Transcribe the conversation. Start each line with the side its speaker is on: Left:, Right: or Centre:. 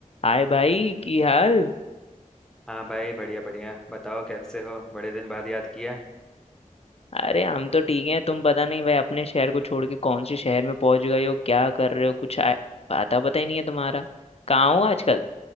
Left: हाय भाई की हाल
Centre: हाँ भाई बढ़िया बढ़िया बताओ कैसे हो बड़े दिन बाद याद किया
Left: अरे हम तो ठीक हैं तुम पता नहीं भाई अपने शहर को छोड़ के कौन से शहर में पहुंच गए हो क्या कर रहे हो कुछ आ, आता पता ही नहीं है तुम्हारा कहाँ हो आजकल